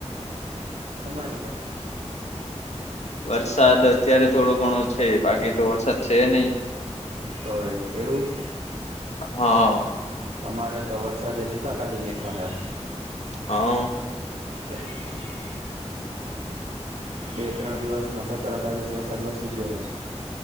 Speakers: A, on the right (about 75°); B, on the left (about 70°).
A: અમારે પણ થોડું.
B: વરસાદ અત્યારે થોડો ઘણો છે બાકી તો વરસાદ છે નહી.
A: હોય એવું.
B: હા
A: અમારે તો વરસાદે ભૂકા કાઢીનેખા હેં.
B: હા
A: કરી-કરી બે ત્રણ દિવસમાં સત્તર અઢાર ઇંચ વરસાદ વરસી ગયો છે.